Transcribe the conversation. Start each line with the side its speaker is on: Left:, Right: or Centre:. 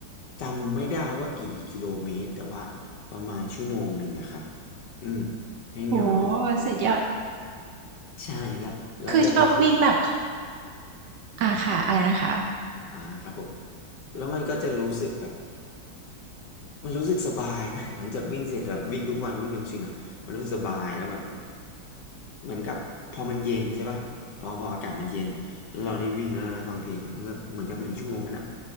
Left: จำไม่ได้ว่ากี่กิโลเมตรแต่ว่าประมาณชั่วโมงหนึ่งอะครับอืมให้เหงื่อมันออก
Right: โหสุดยอด
Left: ใช่แล้วแล้วจะรู้สึก
Right: คือชอบวิ่งแบบอ่าค่ะอะไรนะคะ
Left: อ่าครับผมแล้วมันก็จะรู้สึกแบบ มันรู้สึกสบายนะหลังจากวิ่งเสร็จแบบวิ่งทุกวันวิ่งจนชินอ่ะมันรู้สึกสบายแล้วแบบเหมือนกับพอมันเย็นใช่ปะพอพออากาศมันเย็นแล้วเราได้วิ่งแล้วเราได้ฟังเพลงอะมันก็เหมือนกับหนึ่งชั่วโมงนั้นอ่ะ